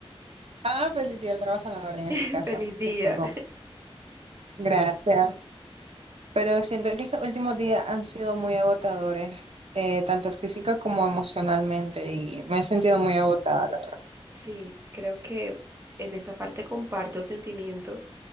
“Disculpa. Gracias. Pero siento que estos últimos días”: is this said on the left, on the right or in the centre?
Right